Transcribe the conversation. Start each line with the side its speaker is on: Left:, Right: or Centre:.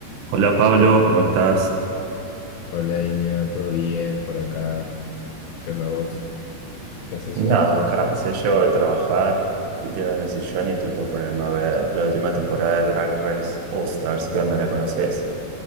Right: Hola Pablo,
Left: Yo,
Right: ¿cómo estás?
Left: hola Iña, ¿todo bien por acá? ¿Qué onda vos? ¿Qué haces hoy?
Right: Nada, acá recién llego de trabajar, estoy tirado en el sillón y estoy por ponerme a ver la última temporada de Drag Race All Stars.
Left: No.
Right: ¿Qué onda? ¿La conoces?